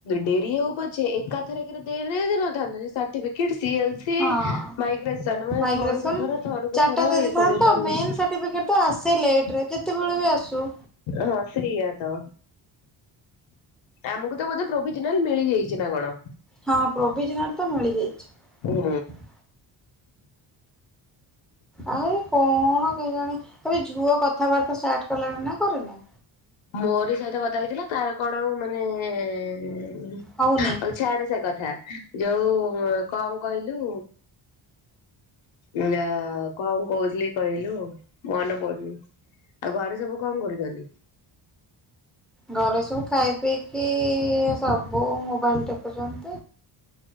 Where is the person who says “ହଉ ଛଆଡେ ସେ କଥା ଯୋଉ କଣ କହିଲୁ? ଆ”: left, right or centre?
Left